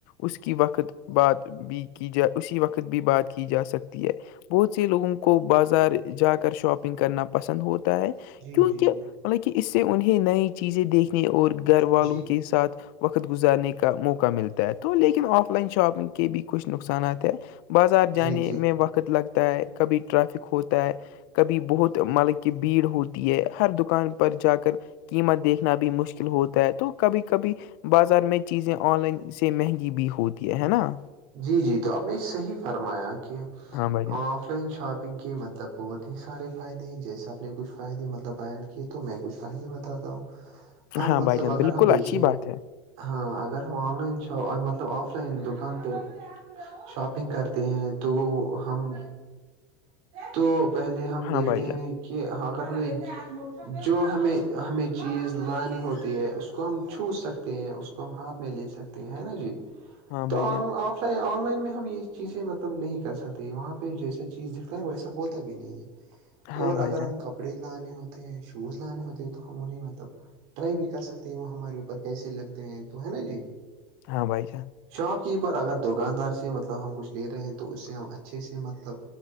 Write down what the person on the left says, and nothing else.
اس کی وقت بات بھی کی جا اسی وقت بھی بات کی جا سکتی ہے بہت سےی لوگوں کو باز جا کر شاپنگ کرنا پسند ہوتا ہے کیونکہ
مطلب کہ اس سے انہیں نئی چیزیں دیکھنے اور گھر
والوں کے ساتھ وقت گزارنے کا موقع ملتا ہے تو لیکن آف لائن شاپنگ کے بھی کچھ نقصانات ہیں بازار
جانے
میں وقت لگتا ہے کبھی ٹرافک ہوتا ہے کبھی بہت مطلب کی بھیڑ ہوتی ہے ہر دکان پر جا کر قیمت دیکھنا بھی مشکل ہوتا ہے تو کبھی کبھی بازار میں چیزیں آن لائن سے مہنگی بھی ہوتی ہے ہے نا
ہاں بھائی جان
ہاں
بھائی جان
بالکل
اچھی
بات ہے
ہاں
بھائی جان
ہاں
بھائی
جان
ہاں
بھائی
جان
ہاں بھائی جان